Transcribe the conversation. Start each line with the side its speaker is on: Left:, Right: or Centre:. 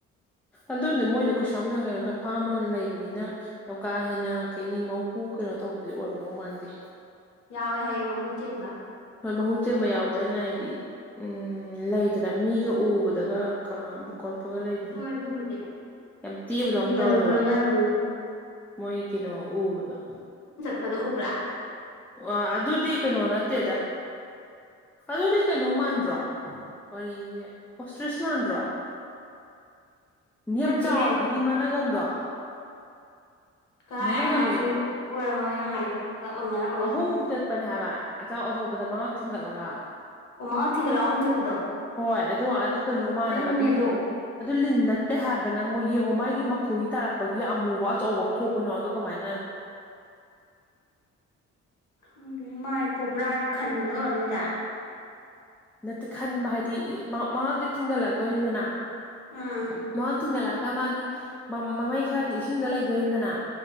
Centre: ꯑꯗꯨꯗꯤ ꯃꯣꯏꯗꯣ ꯀꯩꯁꯝꯅ ꯀꯩꯅꯣ ꯇ ꯐꯥꯝ ꯑꯣꯏꯅ ꯂꯩꯕꯅꯤꯅ ꯌꯥꯝ ꯀꯥ ꯍꯦꯟꯅ ꯀꯩꯅꯤ ꯃꯍꯨ ꯀꯩꯅꯣ ꯇꯧꯕꯗꯨꯗꯤ ꯑꯣꯏꯔꯝꯗꯧ ꯃꯥꯟꯗꯦ
Left: ꯌꯥꯎꯋꯦ ꯍꯥꯏꯌꯦꯦ ꯃꯍꯨ ꯆꯦꯟꯕ
Centre: ꯍꯣꯏ ꯃꯍꯨ ꯆꯦꯟꯕ ꯌꯥꯎꯗꯣꯏꯅ ꯍꯥꯏꯗꯤ ꯎꯝ ꯂꯩꯗꯅ ꯃꯤ ꯌ ꯎꯕꯗꯒ ꯀꯥꯝꯕ ꯀꯣꯠꯄꯒ ꯂꯩꯗꯅ
Left: ꯍꯣꯏ ꯑꯗꯨꯕꯨꯗꯤ
Centre: ꯌꯥꯝ ꯇꯤꯕꯗꯧ
Left: ꯃꯤꯒ
Centre: ꯇꯧꯋꯦꯕ
Left: ꯑꯗꯨꯝ ꯂꯣꯏꯅꯔꯕꯅꯤꯅ
Centre: ꯃꯣꯏꯀꯤꯅꯣ ꯎꯎꯗ
Left: ꯐꯗꯣ ꯎꯕ꯭ꯔꯥ
Centre: ꯋꯥ ꯑꯗꯨꯗꯤ ꯀꯩꯅꯣ ꯅꯠꯇꯦꯗ ꯑꯗꯨꯗꯤ ꯀꯩꯅꯣ ꯃꯥꯟꯗ꯭ꯔꯣ ꯋꯥꯔꯤ ꯑꯣꯁꯇ꯭ꯔꯤꯁ ꯃꯥꯟꯗ꯭ꯔꯣ ꯃꯤ ꯌꯥꯝ
Left: ꯅꯠꯇꯦꯍꯦ
Centre: ꯆꯥꯎꯋꯤꯗꯨꯗꯤ ꯃꯅꯒꯟꯗꯣ
Left: ꯀꯥꯏ
Centre: ꯃꯅꯒꯟꯗꯣ
Left: ꯑꯩꯅ ꯍꯥꯏꯁꯤ ꯑꯣꯏꯔꯝꯃꯣꯏ ꯅ ꯍꯥꯏꯗꯨꯣꯒ ꯑꯣꯏꯅꯔꯛ
Centre: ꯑꯍꯨꯝꯃꯨꯛ ꯆꯠꯄꯅꯦ ꯍꯥꯏꯕ ꯑꯆꯧ ꯑꯆꯧꯕꯗ ꯃꯉꯛ ꯊꯤꯡꯒꯠꯂꯒ
Left: ꯑꯣ ꯃꯉꯥ ꯊꯤꯡꯒꯠꯂꯛ ꯑꯍꯨꯝ ꯆꯠꯄꯗꯣ
Centre: ꯍꯣꯏ ꯑꯗꯨꯣ ꯑꯗꯨ ꯀꯩꯅꯣ ꯃꯥꯜꯂꯦꯕ
Left: ꯂꯤꯟꯅꯦꯗꯣ
Centre: ꯑꯗꯨꯗꯤ ꯑꯗꯨ ꯂꯤꯟ ꯅꯠꯇꯦ ꯍꯥꯏꯕ ꯅꯪ ꯌꯦꯡꯉꯣ ꯃꯥꯒꯤ ꯃꯈꯧꯔꯤ ꯇꯥꯔꯛꯄꯒꯤ ꯑꯃꯨꯕ ꯑꯆꯧꯕ ꯑꯃ ꯊꯣꯛꯄꯅꯤꯣ ꯑꯗꯣ ꯍꯃꯥꯏꯅ
Left: ꯎꯝ ꯃꯥꯥꯏꯒꯤ ꯀꯧꯕꯣꯕ꯭ꯔꯥꯒꯤ ꯈꯟꯕꯗ ꯑꯣꯏꯔꯕꯝꯅꯤꯗ
Centre: ꯅꯠꯇꯦ ꯈꯟꯕ ꯍꯥꯏꯗꯤ ꯃꯇ ꯊꯤꯡꯒꯠꯂꯛꯇꯣꯏꯅꯤꯗꯅ
Left: ꯑꯥ
Centre: ꯃ ꯊꯤꯡꯒꯠꯂꯛꯑꯒ ꯃꯥꯒꯤ ꯃꯃꯩ ꯈꯔꯗꯤ ꯏꯁꯤꯡꯗ ꯂꯩꯗꯣꯏꯅꯤꯗꯅ